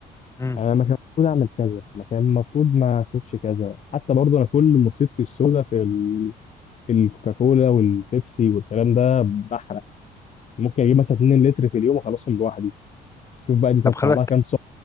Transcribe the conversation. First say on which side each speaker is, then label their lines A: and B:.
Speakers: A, on the left (about 15°); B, on the left (about 45°).
A: مم.
B: انا ما كان المفروض اعمل كذا ما كان المفروض ما اخدش كذا حتى برضه انا كل مصيبتي السوداء في ال... الكوكاكولا والبيبسي والكلام ده بحرق ممكن اجيب مثلا 2 لتر في اليوم اخلصهم لوحدي شوف بقى دي تطلع
A: طب خلي بالك
B: لها كام سؤال